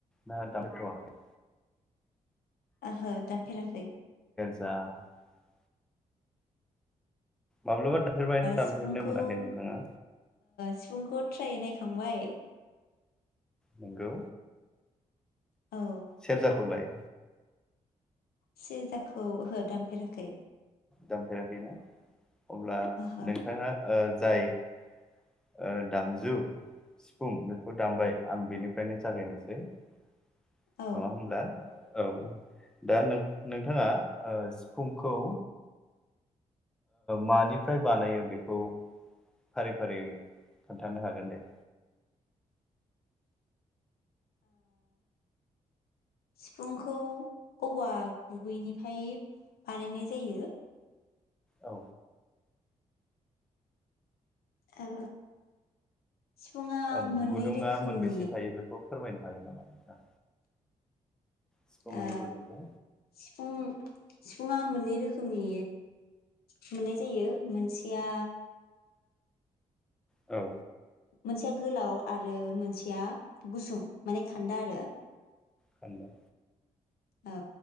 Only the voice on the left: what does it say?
ओहो दामफेरासै
सिफुंखौ
सिफुंखौ थ्रायनायखां होमबाय
औ
सेरजाखौ औहो दामफेराखै
ओहो
औ
सिफुंखौ औवा गुबैनिफ्राय बानायनाय जायो
आ सिफुङा
मोननै
रोखोमनि
आ
सिफुं सिफुंङा मोननै रोखोमनि मोननाय जायो मोनसेया
मोनसेया गोलाव आरो मोनसेया गुसुं माने खानदा आरो
औ